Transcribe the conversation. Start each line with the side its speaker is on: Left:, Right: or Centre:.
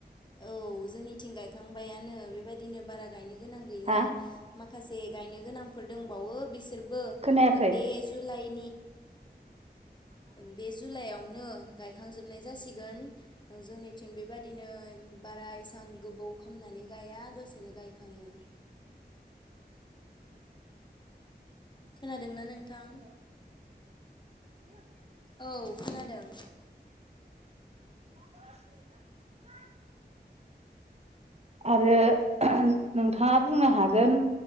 Left: औ जोंनिथिं गायखांबायानो बेबायदिनो बारा गायनो गोनां गैला
Right: हा
Left: माखासे गायनो गोनां दंबावो बिसोर बो
Right: खोनायाखै
Left: बे जुलाइ
Right: <inaudible>
Left: बे जुलाइआवनो गायखांजोबनाय जासिगोन जोंनिथिं बेबादिनो बारा इसां गोबौ खालामामनानै गाया दसेनो गायखाङो <inaudible> खोनादोंना नोंथां
Right: ह
Left: औ खोनादों
Right: या <inaudible> आरो नोंथाङा बुंनो हागोन